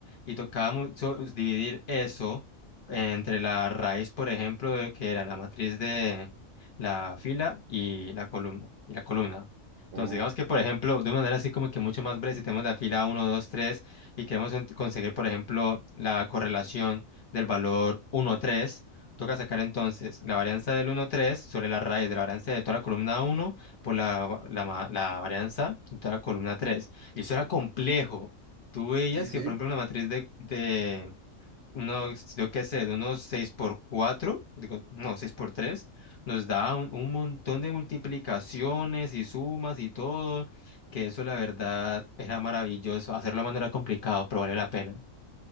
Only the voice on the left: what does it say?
y tocaba mu- so- dividir eso entre la raíz, por ejemplo, de que era la matriz de la fila y la columna, y la columna. Entonces,
digamos que, por ejemplo, de una manera así como que mucho más breve, si tenemos la fila uno 2 3 y queremos con- conseguir, por ejemplo, la correlación del valor uno 3 toca sacar entonces la varianza del uno 3 sobre la raíz de la varianza de toda la columna uno por la, va- la, ma- la varianza de toda la columna tres Y eso era complejo. Tú veías
que,
por ejemplo, una matriz de, unos, yo qué sé, de unos 6 por 4 digo, no, 6 por 3 nos da un, un montón de multiplicaciones y sumas y todo, que eso la verdad era maravilloso. Hacerlo a mano era complicado, pero valió la pena.